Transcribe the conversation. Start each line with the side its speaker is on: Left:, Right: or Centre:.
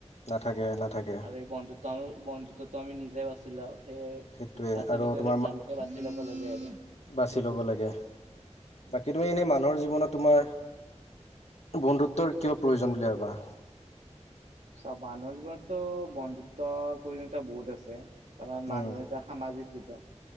Left: নাথাকে নাথাকে।
Right: আৰু বন্ধুত্ব -বন্ধুত্বটো আমি নিজে বাচিল‌ও সেই
Left: সেইটোৱে
Right: বাচি
Left: আৰু
Right: ল‌ওতে
Left: তোমাৰ
Right: ভালকে বাচি ল'ব লাগে আৰু
Left: বাছি ল'ব লাগে বাকী তুমি এনেই মানুহৰ জীৱনত তোমাৰ বন্ধুত্বৰ কিয় প্ৰয়োজন বুলি ভাবা?
Right: চব মানুহৰ জীৱনতো বন্ধুত্বৰ প্ৰয়োজনীয়তা বহুত আছে কাৰণ মানুহ
Left: উম
Right: এটা সামাজিক জীৱ